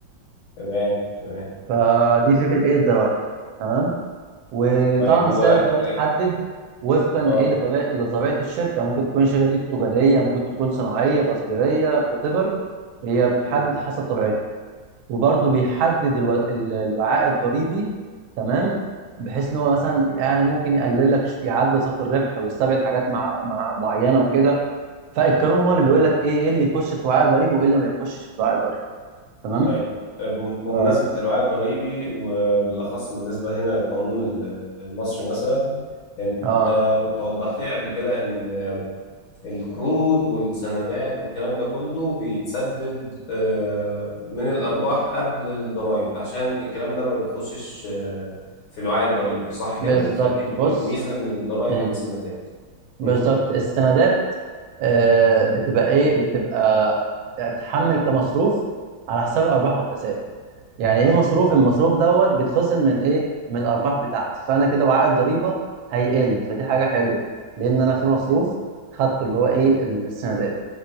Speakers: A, on the left; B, on the right.
A: تمام تمام
B: فدي فكره ايه الضرايب تمام وطبعا
A: طيب هو
B: سعر
A: اه
B: الضرايب بيتحدد وفقا
A: آه،
B: لايه لطبيعه لطبيعه الشركه ممكن تكون الشركه دي تجاريه ممكن تكون صناعيه تصديريه وات ايفر هي بتحدد
A: مم.
B: حسب طبيعتها وبرده بيحدد الو... ال- الوعاء الضريبي تمام بحيث ان هو مثلا يعني ممكن يقلل لك ش- يعدل صافي الربح ويستبعد حاجات مع... مع معينه وكده فالقانون هو
A: مم.
B: اللي بيقول لك ايه ايه اللي يخش في وعاء ضريبي وايه اللي ما يخشش في وعاء ضريبي تمام
A: طيب آه، بم- بمناسبة
B: ف...
A: الوعي الضريبي وبالأخص بالنسبة هنا للقانون ال- المصري مثلا يعني
B: اه
A: ده كنت وضحت لي قبل كده إن القروض والسندات والكلام ده كله بيتسدد آه، من الأرباح قبل الضرائب عشان الكلام ده ما بيخشش آه، في الوعي الضريبي صح كده؟
B: بالظبط
A: فدي بتبقى
B: بص
A: الميزة من الضرائب
B: مم.
A: والسندات
B: بالظبط
A: مم.
B: السندات آه، بتبقى ايه بتبقى يعني بتحمل كمصروف على حساب الارباح والخسائر يعني ايه مصروف المصروف دوت بيتخصم من ايه من الارباح بتاعتي فانا كده وعاء الضريبه هيقل فدي حاجه حلوه لان انا في مصروف
A: مم.
B: خدته اللي هو ايه السندات